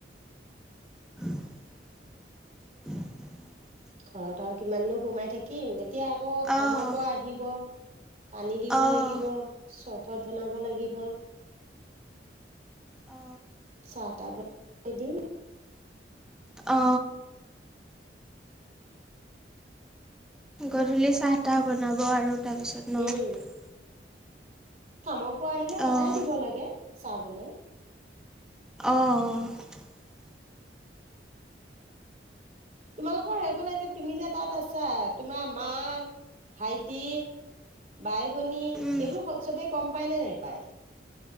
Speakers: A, in the centre; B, on the right (about 40°).
A: <unintelligible>
B: ঘৰত আৰু কিমান দিন সোমাই থাকিম এতিয়া আকৌ
A: অ',
B: কামৰ পৰা আহিব পানী দিব
A: অ',
B: লাগিব, চৰবত বনাব লাগিব
A: অ
B: চা টা বানাই দিম
A: অ গধূলি চাহ তাহ বনাব আৰু তাৰপিছত ন
B: উম কামৰ পৰা আহিলে সদায়
A: অ',
B: দিব লাগে চাহ বনাই।
A: অঁ
B: তোমালোকৰ সেইফালে এতি তুমি যে তাত আছা তোমাৰ মা ভাইটি বাই ভনী
A: উম,
B: এইবোৰ চবে গম পায় নে নেপায়